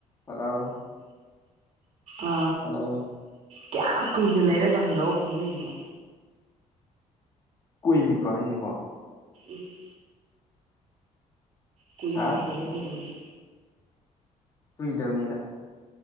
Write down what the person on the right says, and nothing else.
ꯑ
ꯀ꯭ꯌꯥꯝ ꯀꯨꯏꯅ ꯂꯩꯔꯛ ꯍꯜꯂꯣ ꯈꯨꯝꯂꯩꯅꫭ
ꯏꯁ ꯀꯨꯏꯗꯕꯗꯨꯅ